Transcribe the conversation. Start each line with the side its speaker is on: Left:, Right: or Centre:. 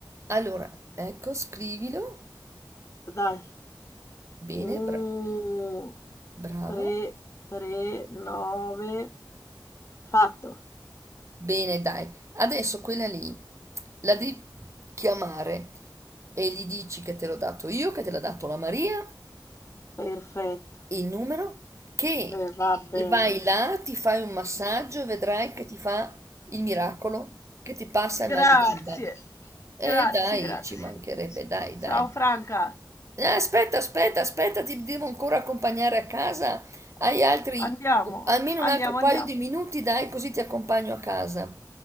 Right: allora, ecco, scrivilo.
Left: Dai.
Right: Bene,
Left: Uh,
Right: bra- brava.
Left: 3, 3, 9. Fatto.
Right: Bene, dai. Adesso quella lì la devi chiamare e gli dici che te l'ho dato io, che te l'ha dato la Maria,
Left: Perfetto.
Right: il numero, che
Left: Eh, va bene.
Right: vai là, ti fai un massaggio e vedrai che ti fa il miracolo, che ti passa il
Left: Grazie.
Right: mal di gamba. E
Left: Grazie,
Right: dai,
Left: grazie.
Right: ci mancherebbe, dai,
Left: Ciao
Right: dai.
Left: Franca.
Right: Eh, Aspetta, aspetta, aspetta, ti devo ancora accompagnare a casa. Hai altri,
Left: Andiamo.
Right: almeno
Left: Andiamo,
Right: un altro paio
Left: andiamo.
Right: di minuti, dai, così ti accompagno a casa.